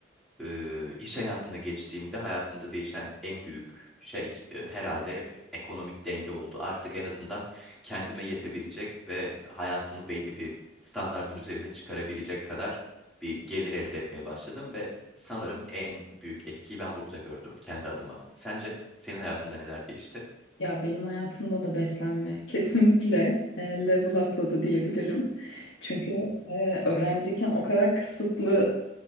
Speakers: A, in the centre; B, on the left.
A: e, iş hayatına geçtiğimde hayatımda değişen en büyük şey e, herhalde ekonomik denge oldu. Artık en azından kendime yetebilecek ve hayatımı belli bir standardın üzerinde çıkarabilecek kadar bir gelir elde etmeye başladım ve sanırım en büyük etkiyi ben burada gördüm kendi adıma. Sence senin hayatında neler değişti?
B: Ya benim hayatımda da beslenme <laughs> kesinlikle e, level atladı diyebilirim. Çünkü e, öğrenciyken o kadar kısıtlı